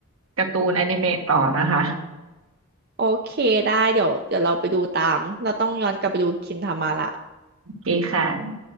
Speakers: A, on the right; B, on the right.
A: การ์ตูนอนิเมะต่อนะคะ
B: โอเคได้เดี๋ยวเดี๋ยวเราไปดูตามเราต้องย้อนกลับไปดูคินทามาละ
A: โอเคค่ะ